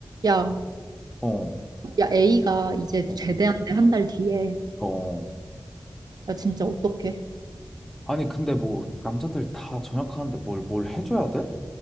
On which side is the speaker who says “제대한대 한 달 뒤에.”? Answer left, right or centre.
Right